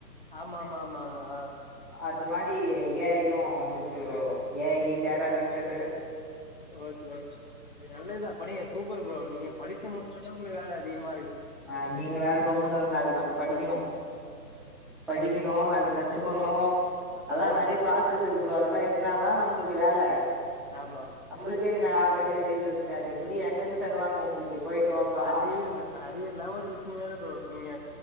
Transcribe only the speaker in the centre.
அது மாரி ஏ ஐயு வந்துச்சி bro A I data lecture
ஆ நீங்க வேற கம்முன்னு இருங்க அதுக்கு நம்ம படிக்கணு படிக்கணு அது கத்துக்கணு அதெல்லா
நெறயா
ப்ராசஸ் இருக்கு ப்ரோ அதெல்லா எட்னாதா நம்மளுக்கு வேல
நம்பளுக்கே இங்க ஆல்ரெடி அரியரு இருக்கு அது எப்டி எங்கந்து தருவாங்க உங்களுக்கு போயிட்டு வாப்பா